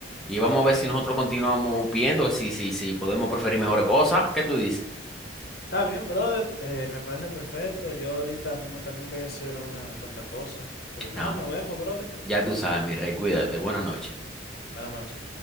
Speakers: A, in the centre; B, on the left (about 55°).
A: Y
B: Ok.
A: vamos a
B: Está
A: ver si nosotros continuamos viendo, si, si, si podemos preferir mejores cosas. ¿Qué tú dices?
B: bien, brother. eh, me parece perfecto. Yo ahorita mismo también voy a hacer unas cuantas cosas. Pero nada,
A: Nada,
B: nos vemos, brother.
A: ya tú sabes, mi rey, cuídate. Buenas noches.
B: Buenas noches.